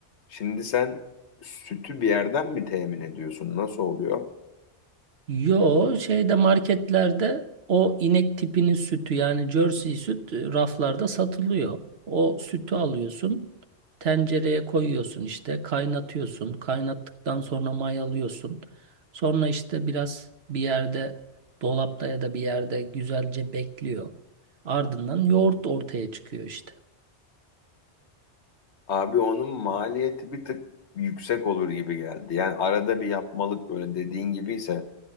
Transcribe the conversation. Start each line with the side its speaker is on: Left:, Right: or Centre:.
Left: Şimdi sen sütü bir yerden mi temin ediyorsun? Nasıl oluyor?
Right: Yo şeyde marketlerde o inek tipinin sütü yani Jersey süt e, raflarda satılıyor. O sütü alıyorsun, tencereye koyuyorsun işte kaynatıyorsun. Kaynattıktan sonra mayalıyorsun. Sonra işte biraz bir yerde dolapta ya da bir yerde güzelce bekliyor. Ardından yoğurt ortaya çıkıyor işte.
Left: Abi onun maliyeti bir tık yüksek olur gibi geldi. Yani arada bir yapmalık böyle dediğin gibiyse